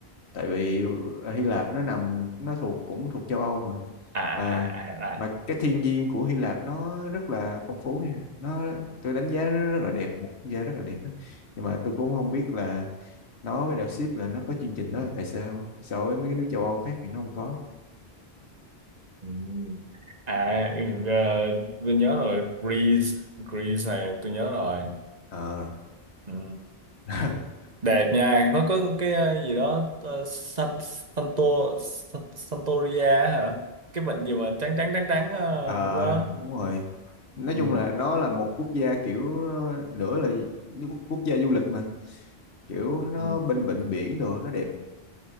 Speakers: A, on the left; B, on the right.
A: Tại vì Hy Lạp nó nằm nó thuộc cũng thuộc châu Âu mà.
B: À à
A: Mà
B: à à.
A: mà
B: À,
A: cái thiên nhiên của Hy Lạp nó rất là phong phú nha. Nó tôi đánh giá nó rất là đẹp, một quốc gia rất là đẹp á. Nhưng mà tôi cũng không biết là nó với đảo ship là nó có chương trình đó là tại sao so với mấy cái nước châu Âu khác thì nó không có.
B: ừ. à
A: Ừ.
B: ừ, ờ, tôi nhớ rồi, Greece, Greece này tôi nhớ rồi.
A: Ờ.
B: Ừ.
A: <laughs>
B: Đẹp nha, nó có cái ờ, gì đó ờ, San Santo San- Santoria hả? Cái bệnh gì mà trắng trắng trắng trắng ờ,
A: Ờ
B: đó.
A: đúng rồi. Nói
B: Ừ.
A: chung là nó là một quốc gia kiểu ờ, nữa là như quốc quốc gia du lịch mà kiểu nó
B: Ừ.
A: bên vịnh biển đồ nó đẹp.